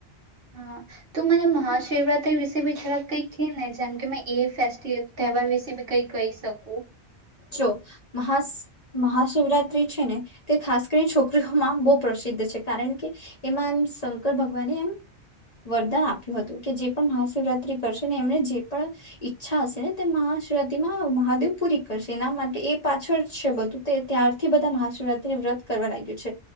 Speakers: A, on the right (about 55°); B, on the left (about 40°).
A: હા, તો મને મહાશિવરાત્રી વિશે બી જરાક કઈ કે ને જેમ કે મેં એ ફેસ્ટ તહેવાર વિશે બી કઈ કહી શકું.
B: જો મહા મહાશિવરાત્રી છે ને તે ખાસ કરીને છોકરીઓમાં બહુ પ્રસિદ્ધ છે કારણ કે એમાં એમ શંકર ભગવાને એમ વરદાન આપ્યું હતું કે જે પણ મહાશિવરાત્રી કરશે ને એમને જે પણ ઈચ્છા હશે ને તે મહાશિવરાત્રીમાં મહાદેવ પૂરી કરશે એના માટે એ પાછળ છે બધું તો ત્યારથી બધા મહાશિવરાત્રીને વ્રત કરવા લાગ્યું છે.